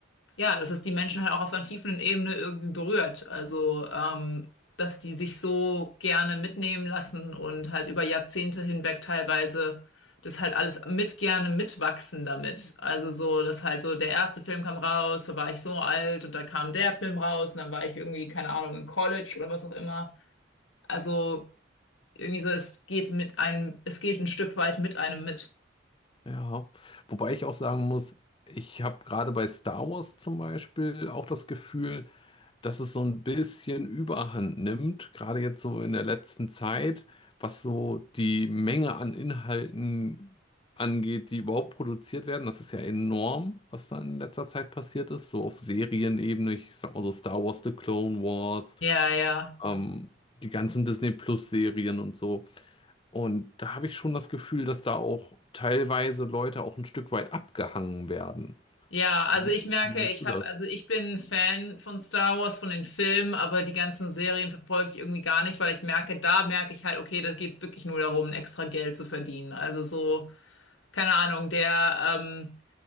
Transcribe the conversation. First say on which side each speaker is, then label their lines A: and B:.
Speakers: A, on the left; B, on the left.
A: ja, dass es die Menschen halt auch auf einer tiefen Ebene irgendwie berührt. Also, ähm, dass die sich so gerne mitnehmen lassen und halt über Jahrzehnte hinweg teilweise das halt alles mit gerne mitwachsen damit. Also so, dass halt so der erste Film kam raus, da war ich so alt und dann kam der Film raus und dann war ich irgendwie, keine Ahnung, im College oder was auch immer. Also irgendwie so, es geht mit einem, es geht ein Stück weit mit einem mit.
B: Ja, wobei ich auch sagen muss, ich habe gerade bei Star Wars zum Beispiel auch das Gefühl, dass es so ein bisschen Überhand nimmt, gerade jetzt so in der letzten Zeit, was so die Menge an Inhalten angeht, die überhaupt produziert werden. Das ist ja enorm, was da in letzter Zeit passiert ist, so auf Serienebene, ich sag mal so Star Wars, The Clone Wars,
A: Ja, ja.
B: ähm, die ganzen Disney Plus Serien und so. Und da habe ich schon das Gefühl, dass da auch teilweise Leute auch ein Stück weit abgehangen werden.
A: Ja, also
B: Wie, sie-
A: ich merke,
B: wie siehst
A: ich
B: du
A: habe,
B: das?
A: also ich bin Fan von Star Wars, von den Filmen, aber die ganzen Serien verfolge ich irgendwie gar nicht, weil ich merke, da merke ich halt, okay, da geht's wirklich nur darum, extra Geld zu verdienen. Also so, keine Ahnung, der, ähm,